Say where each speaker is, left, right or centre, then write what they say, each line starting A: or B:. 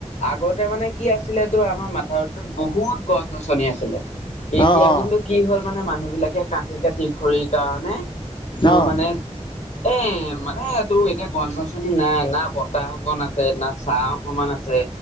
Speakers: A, on the left; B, on the left.
A: আগতে মানে কি আছিলে তোৰ আমাৰ মাথাউত বহুত গছ গছনি আছিলে। এতিয়া
B: অ', অ',
A: কিন্তু কি হ'ল মানে মানুহ বিলাকে কাটি কাটি খড়ীৰ কাৰণে তোৰ
B: অ',
A: মানে এ মানে তোৰ এতিয়া গছ গছনি নাই না বতাহ অকন আছে ত না ছাঁ অকমান আছে